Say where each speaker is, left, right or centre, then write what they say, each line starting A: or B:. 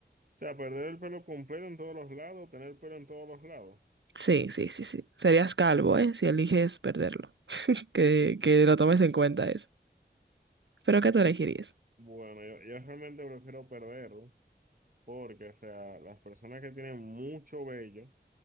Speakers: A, on the right (about 50°); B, on the right (about 85°).
A: sea, perder el pelo completo en todos los lados, tener pelo en todos los lados.
B: Sí, sí, sí, sí. Serías calvo, ¿eh? Si eliges perderlo. Que, que lo tomes en cuenta eso. Pero
A: Bu-
B: ¿qué tú elegirías?
A: Bueno, yo, yo realmente prefiero perderlo porque, o sea, las personas que tienen mucho vello. O